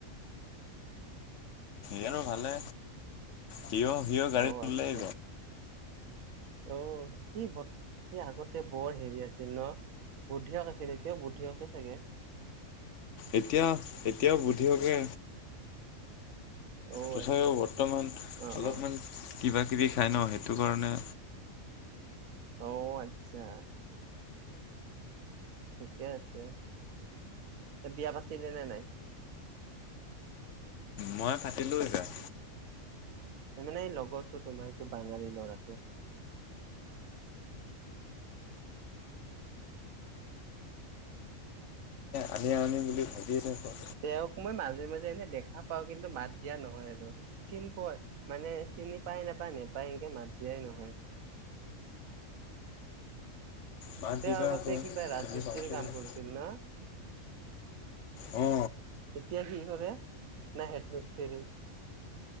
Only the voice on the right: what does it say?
অ
আচ্ছা অ' সি বত সি আগতে বৰ হেৰি আছিল ন বুদ্ধিয়ক আছিল, এতিয়াও বুদ্ধিয়কে চাগে।
অ
আচ্ছা
অ
অ
অ' আচ্ছা, ঠিকে আছে, বিয়া পাতিলে নে নাই?
তাৰমানে এই লগতো তোমাৰ এইটো বাঙালী লৰাটো। উ
তেওঁক মই মাজে মাজে এনে দেখা পাওঁ, কিন্তু মাত দিয়া নহয় আৰু চিনি পোৱা মানে চিনি পাই নাপায় নেপায় এনেকে মাত দিয়াই নহয়।
তেওঁ
আগতে
কিবা ৰাজমিস্ত্ৰি
কাম
কৰিছিল ন।
এতিয়া কি কৰে? না হেড মিস্ত্ৰী,